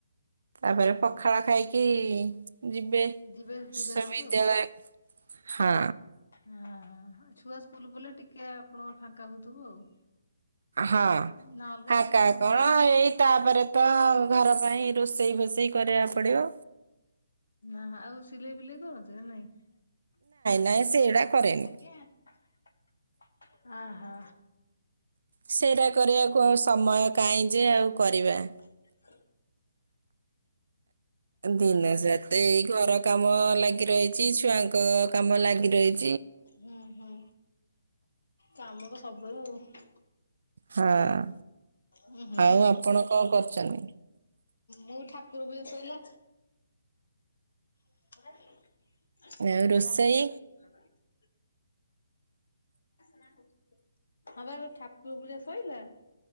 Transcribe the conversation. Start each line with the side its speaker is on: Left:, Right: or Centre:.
Right: ତାପରେ
Left: ହଁ
Right: ପଖାଳ ଖାଇକି ଯିବେ।
Left: ଯିବେ ବିଦ୍ୟାଳୟକୁ
Right: ସେ ବିଦ୍ୟାଳୟ ହଁ।
Left: ହଁ-ହଁ ଛୁଆ ସ୍କୁଲ୍ ଗଲେ ଟିକେ ଆପଣଙ୍କ ଫାଙ୍କା ହଉଥିବ ଆଉ।
Right: ହଁ
Left: ନା ଅଲଗା
Right: ଫାଙ୍କା
Left: କିଛି କାମ
Right: କଣ ଏଇ ତାପରେ ତ ଘର ପାଇଁ ରୋଷେଇ ଫୋଷେଇ କରିଆ ପଡିବ।
Left: ନା ଆଉ ସିଲେଇ ଫିଲେଇ କରନ୍ତି ନା ନାଇଁ?
Right: ନାଇଁ ସେଇଗୁଡା କରେନି।
Left: ଆଜ୍ଞା <unintelligible> ଆ ହା
Right: ସେ ରା କରିବାକୁ ଆଉ ସମୟ କାହିଁ ଯେ ଆଉ କରିବା
Left: <unintelligible>
Right: ଦିନ ସାରା ତ ଏଇ ଘରକାମ ଲାଗିରହିଛି। ଛୁଆଙ୍କ କାମ ଲାଗିରହିଛି।
Left: ହୁଁ ହୁଁ। କାମ ତ ସବୁୁବେଳେ ଆଉ।
Right: ହଁ,
Left: ଉଁ ହୁଁ
Right: ଆଉ ଆପଣ କଣ କରୁଚନ୍ତି?
Left: ମୁଁ ଠାକୁର ପୂଜା ସଇଲା <unintelligible>
Right: ଆଉ ରୋଷେଇ
Left: ହଁ ବା ଏବେ ଠାକୁର ପୂଜା ସଇଲା।